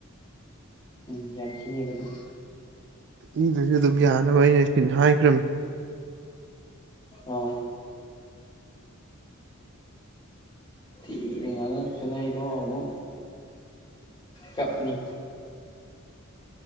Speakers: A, on the left; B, on the right.
A: ꯎꯝ ꯔꯁꯤꯅꯤꯕꯅ
B: ꯄꯤꯗꯁꯨ ꯑꯗꯨꯝ ꯌꯥꯅꯕ ꯑꯩꯅ ꯁꯤ ꯍꯥꯏꯈ꯭ꯔꯃꯤ
A: ꯑ ꯊꯤꯉꯥꯡ ꯑꯦꯇꯅꯏꯀꯥꯎꯨ ꯀꯞꯅꯤ